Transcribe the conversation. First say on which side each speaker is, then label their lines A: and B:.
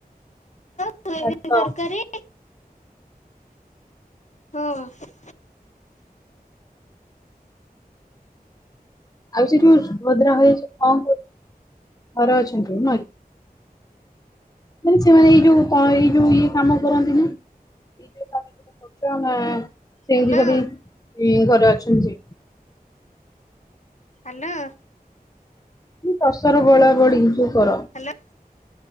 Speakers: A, on the left; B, on the left.
A: ସୋୟାବିନ
B: ଭାତ
A: ତରକାରୀ ହଁ
B: ଆଉ ସେ ଯୋଉ ସୁଭଦ୍ରା ହେଇଛି କଣ କରୁ ଘରେ ଅଛନ୍ତି ନୁହେଁକି? ମାନେ ସେମାନେ ଏଇ ଯୋଉ କଣ ଏଇ ଯୋଉ ଇଏ କାମ କରନ୍ତି ନି? ଏଇ ଯୋଉ <unintelligible> କରୁଛ ନା
A: ହ୍ୟାଲୋ
B: ସେମିତି ଖାଲି ଘରେ ଅଛନ୍ତି?
A: ହ୍ୟାଲୋ।
B: ଟସର ବଳା ବଡି ତୁ କର।
A: ହ୍ୟାଲୋ
B: <unintelligible>